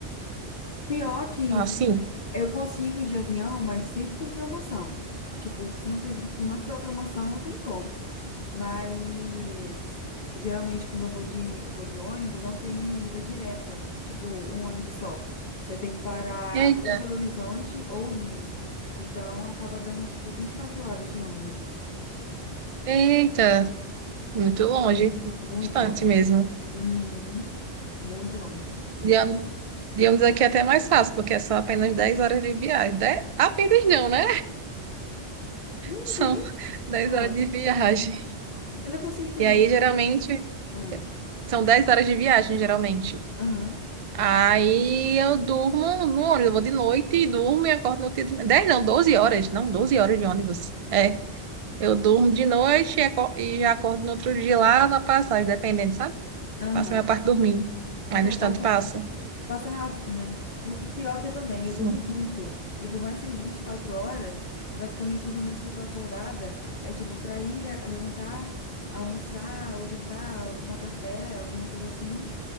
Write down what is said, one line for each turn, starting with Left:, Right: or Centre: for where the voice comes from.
Left: Pior que
Right: assim,
Left: Eu consigo ir de avião, mas sempre com promoção. Tipo, se não teve- se não tiver promoção, não tem como. Mas geralmente quando eu vou de, vou de ônibus, não tem ida direta, tipo um ônibus só. Eu tenho que parar
Right: eita,
Left: ou em Belo Horizonte ou Rio. Então acaba dando tipo 24 horas de ônibus.
Right: eita, muito longe,
Left: Muito
Right: distante
Left: longe.
Right: mesmo.
Left: Uhum. Muito longe.
Right: De ônibus de ônibus aqui é até mais fácil, porque é só apenas 10 horas de viagem. Dez- apenas não, né?
Left: Longe,
Right: São
Left: né?
Right: <laughs> dez
Left: Ah,
Right: horas de viagem.
Left: eu não consigo entender.
Right: E aí,
Left: Tipo,
Right: geralmente,
Left: ah,
Right: são 10 horas de viagem, geralmente.
Left: aham,
Right: Aí eu durmo no ônibus, eu vou de noite e durmo e acordo no outro dia. de- não, doze horas, não, 12 horas de ônibus. É, eu durmo de noite e aco- e já acordo no outro dia lá na passagem, dependendo, sabe?
Left: aham.
Right: Passo a minha parte dormindo. Aí
Left: Então,
Right: no instante
Left: passa
Right: passa.
Left: Passa rápido, né? O pior que eu também,
Right: Sim.
Left: eu durmo muito. E por mais que seja 24 horas, basicamente os momentos que eu tô acordada é tipo pra ir é, levantar, almoçar, ou jantar, ou tomar café, alguma coisa assim.